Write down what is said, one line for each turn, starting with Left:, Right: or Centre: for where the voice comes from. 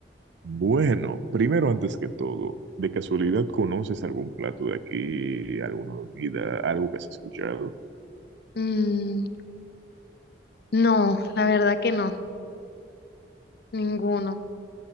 Right: Bueno, primero antes que todo, ¿de casualidad conoces algún plato de aquí, alguna bebida, algo que has escuchado?
Left: Mm, no, la verdad que no, ninguno.